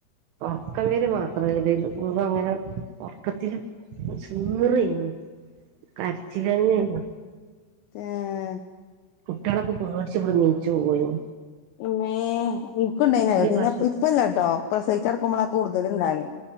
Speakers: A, on the right; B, on the left.
A: ഒറക്കം വര്മാത്രല്ല നിക്കുമ്പോ അങ്ങനെ ഉറക്കത്തില് ചീറയ്ന്നു കരച്ചിലന്നെയ്നു
B: ഏയ്
A: കുട്ട്യോളൊക്കെ പേടിച്ച് ഇവിടെന്നിച്ചു പോവേന്നു.
B: ഇമ്മീ ഇന്ക്ക്ണ്ടായിനിയത് പിന്നെ
A: പക്ഷെ
B: ഇപ്പല്ലട്ടോ പ്രസവിച്ചുക്കെടുക്കുമ്പോളാ കൂടുതല് ഇണ്ടായല്